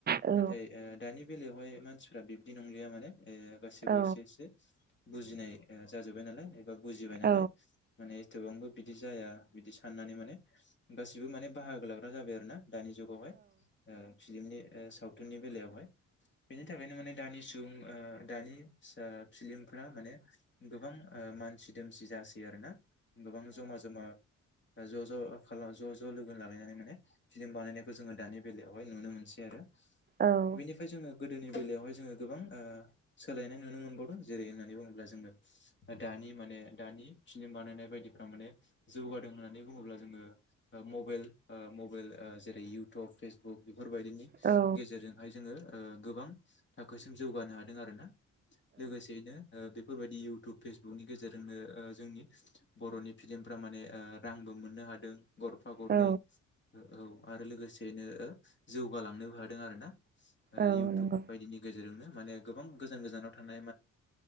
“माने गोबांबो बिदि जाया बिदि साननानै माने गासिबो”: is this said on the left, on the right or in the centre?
Left